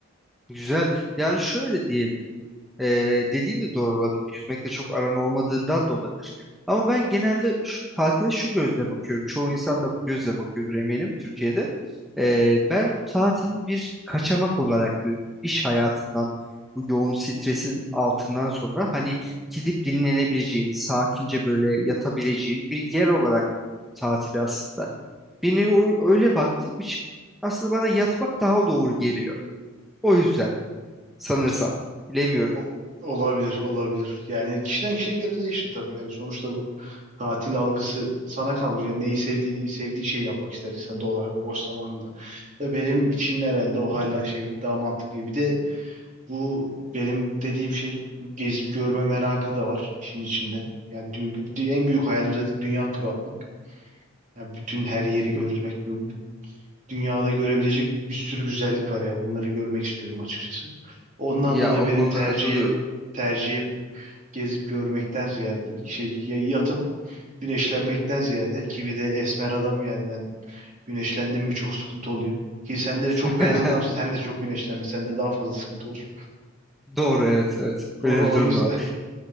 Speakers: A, in the centre; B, on the right.
A: güzel. Yani şöyle diyebilirim. Ee, dediğin de doğru olabilir. Yüzmekte çok aran olmadığından da olabilir. Ama ben genelde şu, tatile şu gözle bakıyorum. Çoğu insan da bu gözle bakıyordur eminim Türkiye'de. Ee, ben tatili bir kaçamak olarak görüyorum. İş hayatından bu yoğun stresin altından sonra hani gidip dinlenebileceğin, sakince böyle yatabileceğin bir yer olarak görüyorum tatili aslında. Bir nevi o- öyle baktığım için aslında bana yatmak daha doğru geliyor. O yüzden sanırsam. Bilemiyorum.
B: O, olabilir, olabilir. Yani kişiden kişiye göre değişir tabii yani sonuçta bu tatil algısı sana kalmış. Yani neyi sevdiğini, sevdiğin şeyi yapmak ister insan doğal olarak o boş zamanında. Da benim için herhalde o hala şey daha mantıklı. Bir de bu benim dediğim şey gezip görme merakı da var işin içinde. Yani dü- dü- en büyük hayalim zaten dünya turu atmak. Ya bütün her yeri görmek,
A: Tabii.
B: bu- bu dünyada görebilecek bir sürü güzellik var ya. Bunları görmek istiyorum açıkçası. Ondan
A: Ya
B: dolayı
A: o
B: benim
A: konuda
B: tercihe
A: katılıyorum.
B: tercihe gezip görmekten ziyade şey ya yatıp güneşlenmekten ziyade ki bir de esmer adam yani ben güneşlendim mi çok sıkıntı oluyor. Ki sen de
A: <laughs>
B: çok beyaz adamsın. Sen de çok güneşlenme. Sende daha fazla sıkıntı olur.
A: Doğru evet evet.
B: O,
A: böyle bir
B: o
A: durum
B: yüzden
A: da var.